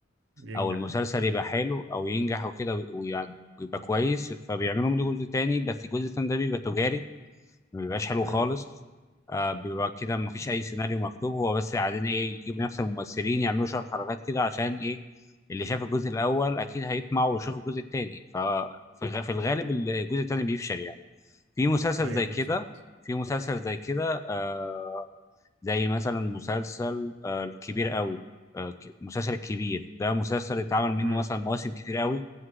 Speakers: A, on the right; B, on the left.
A: ينجح
B: أو المسلسل يبقى حلو أو ينجح وكده وي- ويعني ويبقى كويس فبيعملوا منه جزء تاني بس الجزء التاني ده بيبقى تجاري ما بيبقاش حلو
A: امم
B: خالص آه بيبقى كده ما فيش اي سيناريو مكتوب هو بس قاعدين ايه يجيبوا نفس الممثلين يعملوا شويه حركات كده عشان ايه اللي شاف الجزء الاول اكيد هيطمع ويشوف الجزء الثاني ففي الغالب الجزء الثاني بيفشل يعني في مسلسل
A: ايوه
B: زي
A: بالظبط
B: كده في مسلسل زي كده آه زي مثلا مسلسل آه الكبير قوي آه ك- مسلسل الكبير ده مسلسل اتعمل منه
A: امم
B: مثلا مواسم كتير قوي